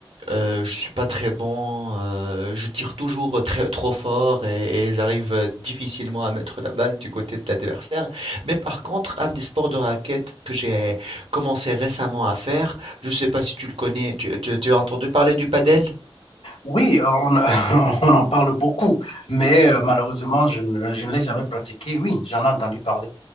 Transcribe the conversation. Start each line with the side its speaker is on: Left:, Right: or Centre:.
Right: Euh, je suis pas très bon, euh, je tire toujours très, trop fort et, et j'arrive euh, difficilement à mettre la balle du côté de l'adversaire. Mais par contre, un des sports de raquette que j'ai commencé récemment à faire, je sais pas si tu le connais, tu, tu- tu as entendu parler du padel?
Left: oui, on, a- <laughs> on en parle beaucoup, mais euh, malheureusement, je ne, je ne l'ai jamais pratiqué. Oui, j'en ai entendu parler.